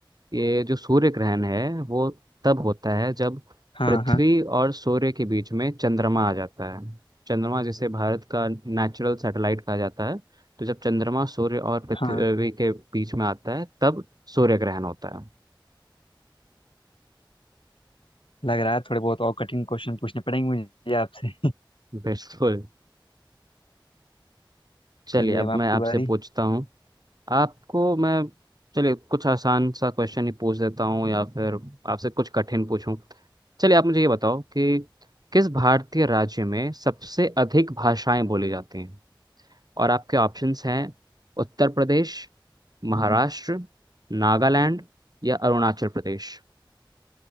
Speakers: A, on the right (about 50°); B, on the left (about 85°).
A: ये जो सूर्य ग्रहण है वो तब होता है जब
B: हाँ
A: पृथ्वी
B: हाँ
A: और सूर्य के बीच में चंद्रमा आ जाता है चंद्रमा जिसे भारत का नेचुरल सैटेलाइट कहा जाता है तो जब चंद्रमा सूर्य और पृथ्वी
B: हाँ
A: के बीच में आता है तब सूर्य ग्रहण होता है
B: लग रहा है थोड़े बहुत और कठिन क्वेश्चन पूछने पड़ेंगे मुझे आपसे
A: बिल्कुल चलिए
B: चलिए
A: अब
B: अब आपकी
A: मैं आपसे
B: बारी
A: पूछता हूँ आपको मैं चलिए कुछ आसान सा क्वेश्चन ही पूछ देता हूँ या फिर आपसे कुछ कठिन पूछूं चलिए आप मुझे ये बताओ कि किस भारतीय राज्य में सबसे अधिक भाषाएं बोली जाती हैं और आपके ऑप्शंस हैं उत्तर प्रदेश महाराष्ट्र नागालैंड या अरुणाचल प्रदेश